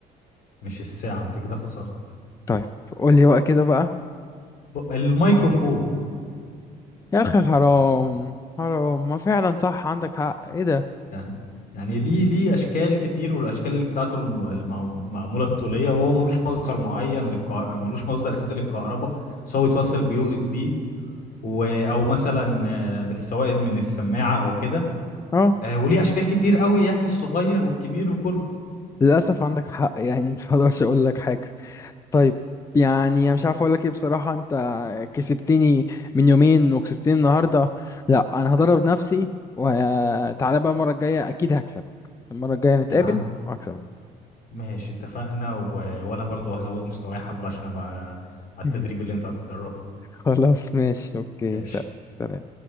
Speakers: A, on the left (about 60°); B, on the left (about 20°).
A: مش الساعه انت كده خسرت
B: طيب قول لي بقى كده بقى
A: ب... الميكروفون
B: يا اخي حرام حرام ما فعلا صح عندك حق ايه ده
A: يعني يعني ليه ليه اشكال كتير والاشكال اللي بتاعته الم- المع- معموله الطوليه وهو ملوش مصدر معين للكهرباء ملوش مصدر اساسي للكهرباء بس هو يتوصل بيو اس بي و... او مثلا آه، بالسوائل من السماعه او كده
B: اه
A: آه، وليه اشكال كتير قوي يعني الصغير والكبير وكله
B: للاسف عندك حق يعني مش هقدرش اقول لك حاجه طيب يعني انا مش عارف اقول لك ايه بصراحه انت كسبتني من يومين وكسبتني النهارده لا انا هدرب نفسي وتعالى بقى المره الجايه اكيد هكسبك المره الجايه نتقابل
A: يا عم
B: وهكسبك
A: ماشي اتفقنا و... وانا برضو هزود مستواي حبه عشان ابقى على
B: <laughs>
A: التدريب اللي انت هتتدربه
B: خلاص ماشي اوكي
A: ماشي
B: س- سلام